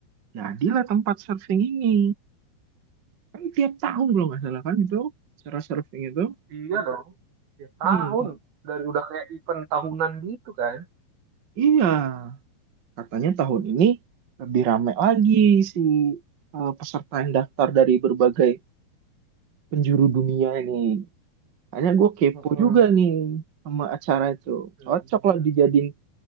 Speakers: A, on the right (about 50°); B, on the right (about 75°).
A: jadilah tempat surfing ini. Kan tiap tahun kalau nggak salah kan itu acara surfing itu.
B: Iya dong, ya
A: Hmm,
B: tahun
A: kat-
B: dari udah kayak event tahunan gitu kan.
A: iya, katanya tahun ini lebih ramai lagi si eh, peserta yang daftar dari berbagai penjuru dunia ini. Hanya gue kepo
B: Mm-mm.
A: juga nih sama acara itu.
B: Hmm.
A: Cocok lah dijadiin